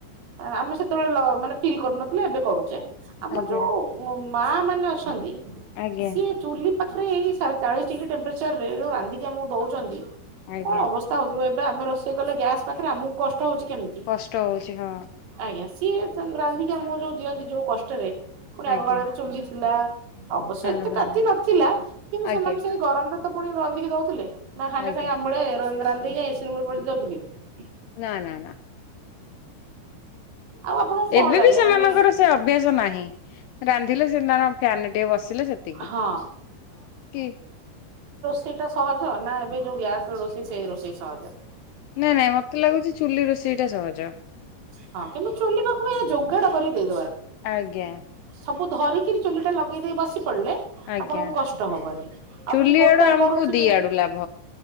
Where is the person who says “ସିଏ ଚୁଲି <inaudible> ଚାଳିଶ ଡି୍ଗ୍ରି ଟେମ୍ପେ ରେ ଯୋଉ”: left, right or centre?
Right